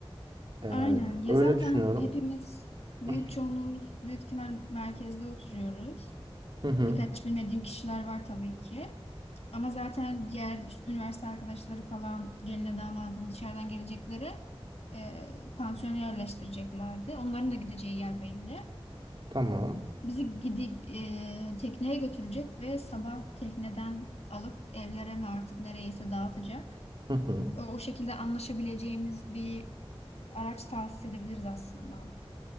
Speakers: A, on the right; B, on the left.
A: E,
B: Aynen. Ya
A: öyle
B: zaten
A: düşünüyorum.
B: hepimiz büyük
A: <laughs>
B: çoğunluğumuz büyük ihtimal merkezde oturuyoruz.
A: Hı hı.
B: Birkaç bilmediğim kişiler var tabii ki. Ama zaten diğer işte üniversite arkadaşları falan geline damadın dışarıdan gelecekleri e, pansiyona yerleştireceklerdi. Onların da gideceği yer belli.
A: Tamam.
B: Bizi gidi e, tekneye götürecek ve sabah tekneden alıp evlere mi artık nereyese dağıtacak.
A: Hı hı.
B: E, O şekilde anlaşabileceğimiz bir araç tahsis edebiliriz aslında.